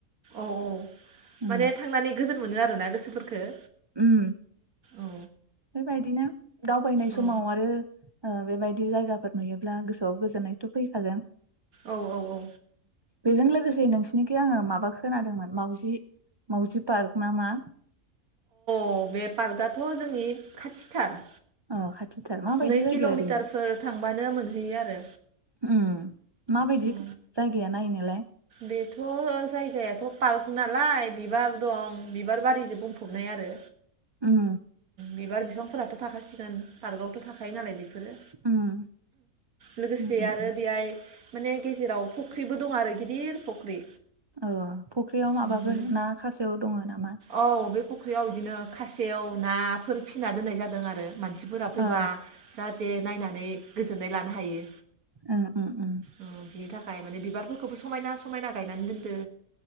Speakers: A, on the right; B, on the right.
A: औ औ
B: उम
A: माने थांनानै गोजोन मोनो आरोना गोसोफोरखो
B: उम
A: औ
B: बेबायदि नो दावबायनाय समाव
A: औ
B: आरो बेबायदि जायगाफोर नुयोब्ला गोसोआव गोजोननायथ' फैखागोन।
A: औ औ औ
B: बेजों लोगोसे नोंसिनिखै आङो माबा खोनादोंमोन माउजि माउजि पार्क ना मा?
A: औ बे पार्कआथ जोंनि खाथिथार
B: अ खा थिथार माबायदि
A: नै
B: जायगाया
A: किल'मिटारफोर
B: ओरैनो
A: थांबानो मोनहैयो आरो
B: उम माबायदि
A: औ
B: जायगाया नायनो <unintelligible>
A: बेथ जायगायाथ पार्क नालाय बिबार दं बिबार बारिजों बुंफबनाय आरो
B: उम
A: बिबार बिफांफोराथ थाखासिगोन पार्कआवथ थाखायो नालाय बि बेफोरो
B: उम
A: लोगोसे
B: उम उम
A: आरो
B: उम
A: बेहाय माने गेजेराव फुख्रिबो दं आरो गिदिर फुख्रि
B: अ फुख्रियाव माबाफोर
A: उम बे
B: ना खासेयाव दङ नामा
A: औ बे फुख्रियाव बिदिनो खासेयाव नाफोर फिसिना दोननाय जादों आरो मानसिफोरा फैबा
B: ओ
A: जाहाथे नायनानै गोजोननाय लानो हायो
B: उम उम उम
A: अ बिनि थाखाय माने बिबारफोर फोरखौबो समायना समायना गायनानै दोनदो